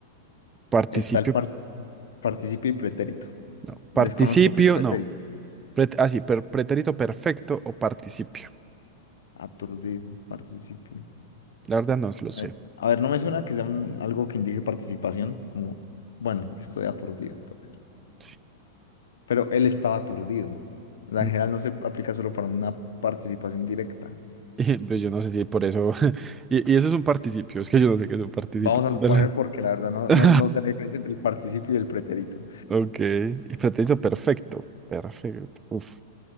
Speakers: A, on the right; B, on the left.
A: Participio,
B: Está el par- participio y pretérito.
A: no.
B: Desconozco
A: Participio,
B: qué es pretérito.
A: no. Pret- ah, sí, per- pretérito perfecto o participio.
B: Aturdido, participio.
A: La verdad no lo sé.
B: Eh, a ver, no me suena que sea un- algo que indique participación, como, bueno, estoy aturdido. puede ser.
A: Sí.
B: Pero él estaba aturdido. La
A: Ujú.
B: general
A: <laughs>
B: no se aplica solo para una participación directa.
A: Y, pues yo no sé si por eso. <laughs> Y, y eso es un participio. Es que yo no sé qué es un participio.
B: Vamos a
A: Dale.
B: suponer porque la verdad no,
A: <laughs>
B: no, no sé la diferencia entre el participio y el pretérito.
A: Ok. Y pretérito perfecto. Perfecto. Uf,